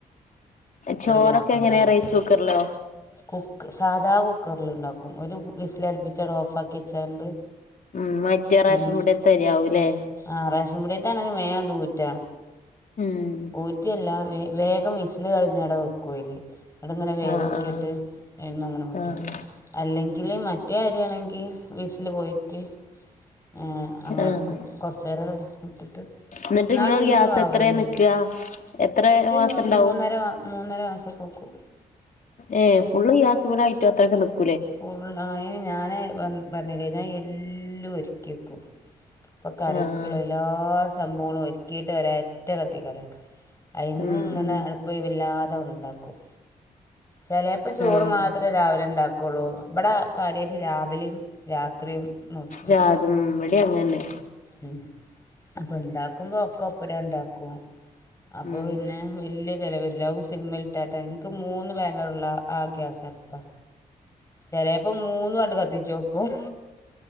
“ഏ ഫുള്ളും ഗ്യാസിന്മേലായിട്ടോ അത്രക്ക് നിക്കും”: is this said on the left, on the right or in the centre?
Left